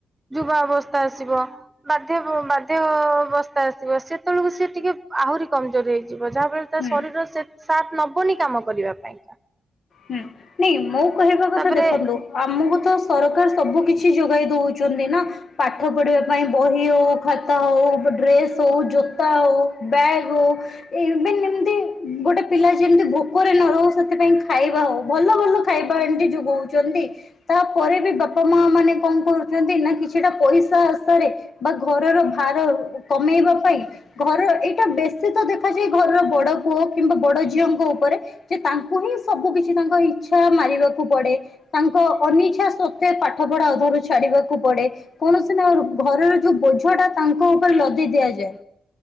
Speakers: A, on the right; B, on the left.
A: ଯୁବା ଅବସ୍ଥା ଆସିବ ବାଧ୍ୟ ବାଧ୍ୟଅବସ୍ଥା ଆସିବ, ସେତେବେଳକୁ ସିଏ ଟିକେ ଆହୁରି କମଜୋର ହେଇଯିବ। ଯାହା ଫଳ ତା
B: ହୁଁ
A: ଶରୀର ସେତ ସାଥ ନବନି କାମ କରିବା ପାଇଁ।
B: ହୁଁ। ନାଇଁ ମୋ କହିବା କଥା
A: ତାପରେ
B: ଦେଖନ୍ତୁ ଆମକୁ ତ ସରକାର ସବୁ କିଛି ଯୋଗାଇ ଦଉଛନ୍ତି ନା ପାଠ ପଢିବା ପାଇଁ ବହି ହଉ, ଖାତା ହଉ, ଡ୍ରେସ୍ ହଉ, ଜୋତା ହଉ, ବ୍ୟାଗ୍ ହଉ, ଏଇ ଏବେ ଯେମତି ଗୋଟେ ପିଲା ଯେମତି ଭୋକରେ ନ ରହୁ ସେଥିପାଇଁ ଖାଇବା ହଉ ଭଲ ଭଲ ଖାଇବା ଏମତି ଯୋଗଉଛନ୍ତି। ତାପରେ ବି ବାପା ମା ମାନେ କଣ କରୁଚନ୍ତି ନା କିଛି କିଛିଟା ପଇସା ଆଶାରେ ବା ଘରର ଭାର କମେଇବା ପାଇଁ ଘର ଏଇଟା ବେଶୀ ତ ଦେଖା ଯେ ଘରର ବଡ ପୁଅ କିମ୍ବା ବଡ ଝିଅଙ୍କ ଉପରେ ଯେ ତାଙ୍କୁ ହିଁ ସବୁ କିଛି ତାଙ୍କ ଇଚ୍ଛା ମାରିବାକୁ ପଡେ। ତାଙ୍କ ଅନିଚ୍ଛା ସତ୍ତ୍ୱେ ପାଠ ପଢା ଅଧାରୁ ଛାଡିବାକୁ ପଡେ। କୌଣସି ନା ଘରର ଯୋଉ ବୋଝ ଟା ତାଙ୍କ ଉପରେ ଲଦି ଦିଆଯାଏ।